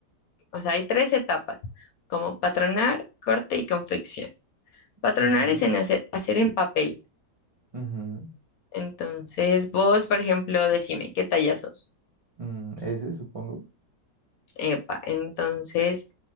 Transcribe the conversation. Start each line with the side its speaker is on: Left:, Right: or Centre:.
Left: O sea, hay tres etapas, como patronar, corte y confección. Patronar
Right: Ujú,
Left: es en hacer, hacer en papel.
Right: ujú,
Left: Entonces, vos, por ejemplo, decime, ¿qué talla sos?
Right: mm, ese, supongo.
Left: Epa, entonces,